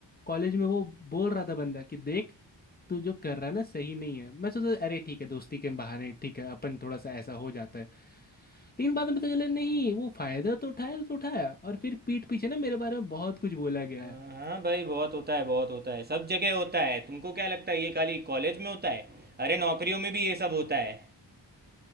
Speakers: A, on the left; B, on the right.
A: कॉलेज में वो बोल रहा था बंदा कि देख तू जो कर रहा है ना सही नहीं है मैं सोचा अरे ठीक है दोस्ती के बहाने ठीक है अपन थोड़ा सा ऐसा हो जाता है लेकिन बाद में पता चला नहीं वो फायदा तो उठाया तो उठाया और फिर पीठ पीछे ना मेरे बारे में बहुत कुछ बोला गया
B: हाँ
A: है
B: हाँ भाई बहुत होता है बहुत होता है सब जगह होता है तुमको क्या लगता है ये खाली कॉलेज में होता है अरे नौकरियों में भी ये सब होता है